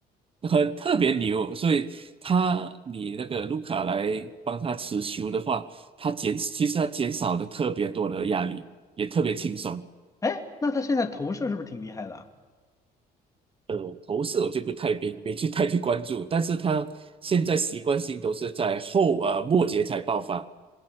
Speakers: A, on the right; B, on the left.
A: 很特别牛。所以他你那个卢卡来帮他持球的话，他减其实他减少了特别多的压力，也特别轻松。
B: 哎，那他现在投射是不是挺厉害的啊？
A: 呃，投射我就不太没没去太去关注，但是他现在习惯性都是在后呃末节才爆发。